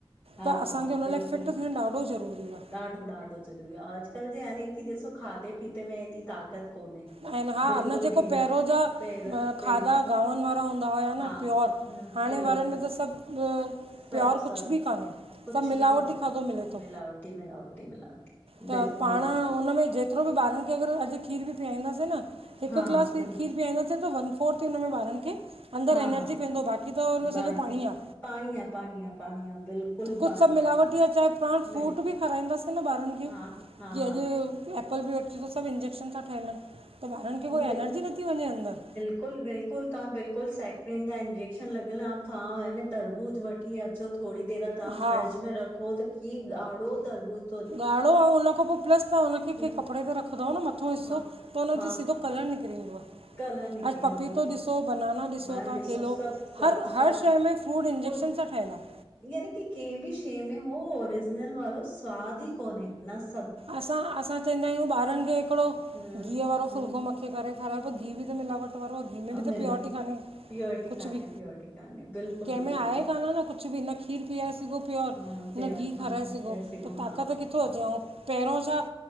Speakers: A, on the left; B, on the right.
A: हा
B: त असांखे
A: हा
B: हुन
A: बिल्कुलु
B: लाए, फिट थियणु ॾाढो ज़रूरी आ
A: ॾाढो ज़रूरी आ, अॼकल्हु जे नी की ॾिसो खाधे पीते में एॾी ताक़त कोन्हे।
B: आहिनि हा
A: बिल्कुल
B: न जेको
A: बि
B: पहिरों जा
A: पेर
B: खाधा,
A: पेर
B: गांवनि वारा हुंदा हुआ चवा हेना
A: हा
B: प्योर,
A: हम्म
B: हाणे
A: प्योर
B: वारनि
A: प्योर
B: में त सभु,
A: सभु
B: प्योर
A: सभु
B: कुझु बि कोने
A: कुछ
B: सभु मिलावटी
A: बि कोन्हे।
B: खाधो मिले थो,
A: मिलावटी मिलावटी मिलावटी
B: त
A: बिल्कुलु
B: पाण
A: ई आहे।
B: उनमें जेके कतिरो बि ॿारनि खे अगर अॼु खीर बि पियाईदासे, न हिकु
A: हा
B: गिलास
A: सन
B: खीर पीआाईदासीं त वन फोर थी हुन में ॿारनि खे, अंदरि
A: हा
B: एनर्जीक
A: हा
B: वेंदो बाक़ी त हुनमें
A: बाहिक
B: सॼो पाणी आ।
A: पाणी आ पाणी आ पाणी आ बिल्कुलु
B: कुझु
A: पाणी
B: सभु मिलावटी आ, चाहे पाण
A: मिले
B: फ्रूट बि खाराईदासे न ॿारनि
A: हा
B: खे
A: हा
B: ॼियं
A: हा
B: अॼु एपल बि अचे थो, सभु इंजेक्शन सां ठहियल हिनि त ॿारनि खे कोई,
A: ह
B: एनर्जी नथी वञे अंदर
A: बिल्कुलु बिल्कुलु तां बिल्कुलु सैक्रिन जां इंजेक्शन लॻल आ, थां आ न तरबूज वठि वठी अचो थोरी देरि तां
B: हा
A: फ्रिज में रखो त कीअं ॻाढ़ो तरबूज़
B: ॻाढ़ो ऐं हुनखां पो प्लस तां हुनखे
A: प्ल
B: के कपड़े ते रखंदाओ न मथो हिसो
A: हा
B: त हुन
A: हा
B: ते सिधो कलर निकिरींदो आ
A: कलर निकिरी
B: अॼु पपीतो
A: वेंदो की
B: ॾिसो, बनाना ॾिसो,
A: पाण
B: तां केलो
A: सभु सभु
B: हर
A: सभु
B: हर शेइ में फूड इंजेक्शन
A: और
B: सां ठहिय आ।
A: यानी की कंहिं बि शेइ में हो, ओरिजिनल वारो स्वाद ई कोने नस्
B: असां असां चवंदा आहियूं, ॿारनि खे हिकिड़ो
A: हम्म
B: घीअंहुं वारो
A: हम्म
B: फुलको मखे करे खारायो घीअंहुं बि त मिलावट वारो आ, घीअंहुं में बि
A: मिलोट
B: त प्योरिटी काने
A: प्योरिटी
B: कुझु
A: कान्हे
B: बि,
A: प्योरिटी कान्हे बिल्कुल
B: केमें
A: बि बिल्कुलु
B: आहे कान न कुझु बि न खीरु पीयारे सघो प्योर
A: हा प्यार
B: न घीअंहुं
A: हा
B: खाराए
A: हा
B: सघो
A: करे सघूं
B: त ताक़त
A: हा
B: किथो अचे ऐं पहिरियों छा?